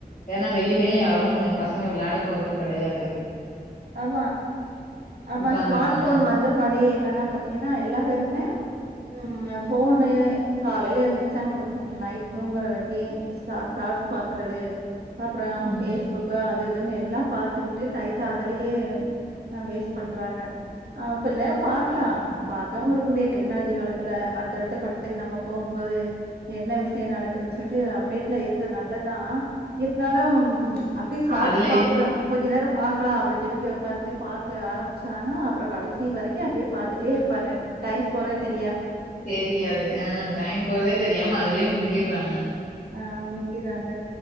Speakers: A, on the left (about 55°); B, on the right (about 75°).
A: ஏன்னா வெளிலயு யாரும் ஏ பசங்க விளாயட போறது கெடையாது
B: ஆமா ஆமா
A: உட்காந்துடுறாங்க.
B: ஸ்மார்ட் ஃபோன் வந்த பாடே என்னன்னா பாத்தீங்கன்னா எல்லா பேருமே ம் போனு காலையில எந்திரச்சாங்கன் பாத்தீங்களா நைட் தூங்குற வரைக்கு சாட்ஸ் சாட்ஸ் பாக்குறது அப்புற
A: ம்.
B: ஃபேஸ்புக்கு அது இதுன்னு எல்லா பாத்துக்கிட்டு டைத்த அதலேயே கு ஆ வேஸ்ட் பண்றாங்க ஆ கொஞ்ச நேரோ பாகக்கலா பாக்காம இருக்க முடிய டெக்னாலஜி காலத்துல அடுத்த அடுத்த கட்டத்துக்கு நம்ம போகும்போது என்ன விஷியோ நடக்குதுன் சொல்ட்டு அப்டேட்ல இருக்கு நல்லது தா இருந்தாலு அப்படியே சார்ஸ்
A: அதுலயே
B: பாக்குறே கொஞ்ச நேரோ பாக்கலா அப்படி திருப்பி ஒக்காந்துட்டு பாக்க ஆரம்பிச்சாங்க அப்புறோ கடைசி வரைக்கு அப்படியே பாத்துட்டே இருப்பாங்க டைம் போறத் தெரி
A: தெரியாது ஆ டைம் போறதே தெரியாம அதுலயே முங்கிறாங்க
B: ஆ முங்கிறாங்க